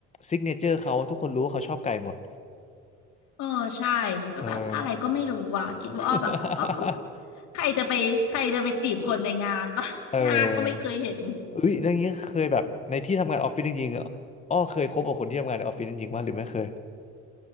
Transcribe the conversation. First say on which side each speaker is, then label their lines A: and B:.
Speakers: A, on the left (about 25°); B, on the left (about 65°).
A: ซิกเนเจอร์เขาทุกคนรู้ว่าเขาชอบไก่หมด
B: เออใช่แล้วก็แบบอะไรก็ไม่รู้อ่ะคิดว่าอ้อแบบอ้อก็
A: เออ <laughs>
B: ใครจะไปใครจะไปจีบคนในงานป่ะหน้า
A: เออ
B: <laughs> ก็ไม่เคยเห็น
A: เอ้ยเรื่องนี้เคยแบบในที่ทำงานออฟฟิศจริงๆอะอ้อเคยคบกับคนที่ทำงานในออฟฟิศจริงๆว่าหรือไม่เคย